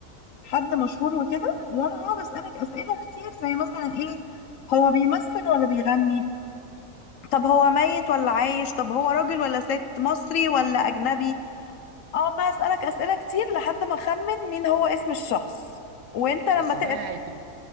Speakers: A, on the left; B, on the right.
A: حد مشهور وكده وانا هقعد اسالك اسئله كتير زي مثلا ايه هو بيمثل ولا بيغني طب هو ميت ولا عايش طب هو راجل ولا ست مصري ولا اجنبي اقعد بقى اسالك اسئله كتير لحد ما اخمن مين هو اسم الشخص وانت لما
B: بس
A: تقف
B: ده هيتب...